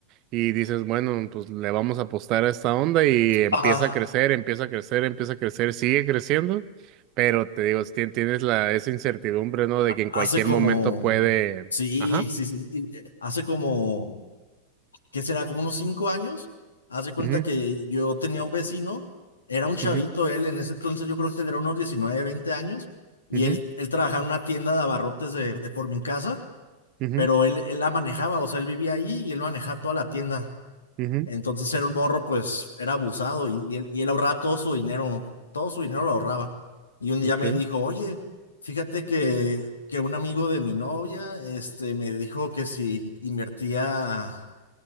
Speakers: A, on the right; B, on the left.
A: y dices, bueno, pues le vamos a apostar a esta onda y empieza
B: Ajá,
A: a crecer, empieza a crecer, empieza a crecer, sigue creciendo. Pero te digo, si tien- tienes la, esa incertidumbre, ¿no? De que en
B: hace
A: cualquier
B: como,
A: momento puede...
B: sí,
A: Ajá.
B: sí, sí, y, eh, hace como, ¿qué será? Como unos cinco años. Hace cuenta
A: ujú,
B: que yo tenía un vecino, era un chavito
A: ujú,
B: él, en ese entonces yo creo que tendría unos 19 20 años, y
A: ujú.
B: él, él trabajaba en una tienda de abarrotes de, de por mi casa,
A: Ujú,
B: pero él, él la manejaba, o sea, él vivía ahí y él manejaba toda la tienda.
A: ujú,
B: Entonces era un morro, pues era abusado y, y él, y él ahorraba todo su dinero, todo su dinero lo ahorraba. Y un día
A: ok,
B: me dijo, oye, fíjate que, que un amigo de mi novia, este, me dijo que si invertía